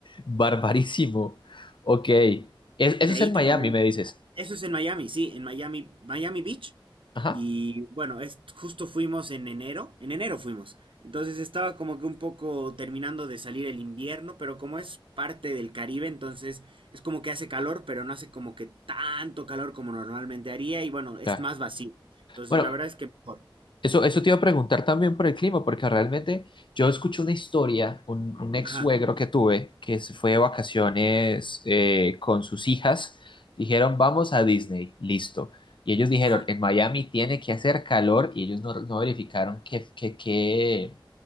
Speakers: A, on the left (about 70°); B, on the right (about 80°).
A: Barbarísimo. Ok. Es- eso
B: De
A: es
B: ahí
A: en
B: te
A: Miami,
B: comento.
A: me dices.
B: Eso es en Miami, sí, en Miami, Miami Beach.
A: Ajá.
B: Y bueno, es, justo fuimos en enero, en enero fuimos. Entonces estaba como que un poco terminando de salir el invierno, pero como es parte del Caribe, entonces es como que hace calor, pero no hace como que tanto calor como normalmente haría y bueno, es
A: Ya.
B: más vacío. Entonces
A: Bueno,
B: la verdad es que mejor.
A: eso, eso te iba a preguntar también por el clima, porque realmente yo escuché una historia, un, un ex
B: Ajá,
A: suegro que tuve, que se fue de vacaciones eh, con sus hijas. Dijeron, vamos a Disney. Listo. Y ellos dijeron,
B: ajá,
A: en Miami tiene que hacer calor y ellos no, no verificaron qué, qué, qué